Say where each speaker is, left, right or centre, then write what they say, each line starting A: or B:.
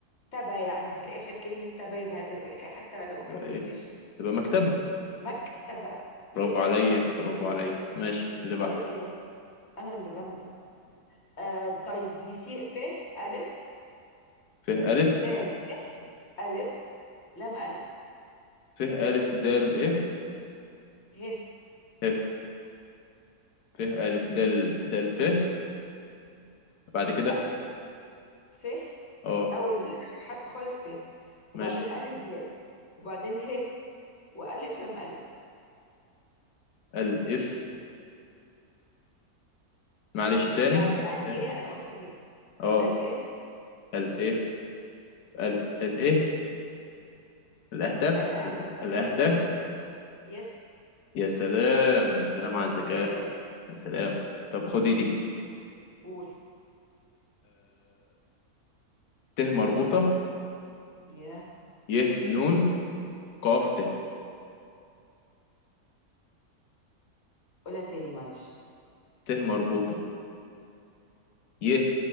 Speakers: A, on the left; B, on the left.
A: تبا يعني في الآخر كلمة تبا يبقى هتبقى إيه حتى لو ما
B: تبقى
A: كملتش
B: ايه تبقى مكتبة
A: مكتبة يس
B: برافو عليا برافو عليا ماشي اللي بعد
A: عليك ايه بس انا اللي جامدة آه طيب دي في ف ألف
B: ف ألف
A: د ه ألف لام ألف
B: ف ألف دال ايه
A: ه
B: ه ف ألف دال دال ف بعد كده
A: لا ف
B: اه
A: أول آخر حرف خالص ف وبعدين
B: ماشي
A: ألف د وبعدين ه وألف لام ألف
B: الإف معلش تاني
A: بعد قال
B: تاني
A: إيه أنا قلت ه
B: اه
A: قال إيه
B: ال ايه ال ال ايه الأهداف
A: الأهد
B: ال- الأهداف
A: يس
B: يا سلام يا سلام على الذكاء
A: جامد
B: يا سلام طب خدي دي
A: قول
B: ت مربوطة
A: يا
B: ي نون قاف ت
A: قولها تاني معلش
B: ت مربوطة ي